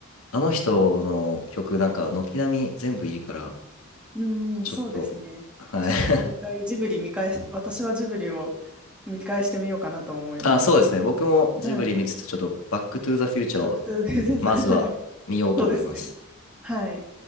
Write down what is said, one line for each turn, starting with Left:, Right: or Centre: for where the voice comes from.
Left: あの人の曲なんか軒並み全部いいから、
Centre: うん、
Left: ちょっと、
Centre: そうですね。
Left: はい。
Centre: ちょっともう一回ジブリ見返し、
Left: <laughs>
Centre: 私はジブリを見返してみようかなと思います。
Left: あ、そうですね。僕もジブリ見つつ、
Centre: はい。
Left: ちょっとバックトゥーザフューチャーを
Centre: バックトゥーザフューチャー
Left: まずは見ようと思います。
Centre: <laughs> そうですね。はい。